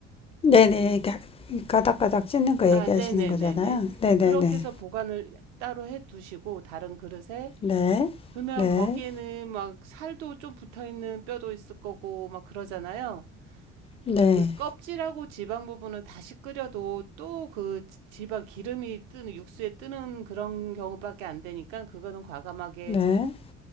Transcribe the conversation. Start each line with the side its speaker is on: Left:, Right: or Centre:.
Left: 네네 이렇게 가닥가닥 찢는 거
Right: 아,
Left: 얘기하시는
Right: 네네네네.
Left: 거잖아요. 네네네
Right: 그렇게 해서 보관을 따로 해 두시고 다른 그릇에
Left: 네네네네네네네네
Right: 그러면 거기에는 막 살도 좀 붙어 있는 뼈도 있을 거고 막 그러잖아요.
Left: 네,
Right: 그 껍질하고 지방 부분은 다시 끓여도 또 그 지방 기름이 뜨는 육수에 뜨는 그런 경우밖에 안 되니까 그거는 과감하게
Left: 네, 네,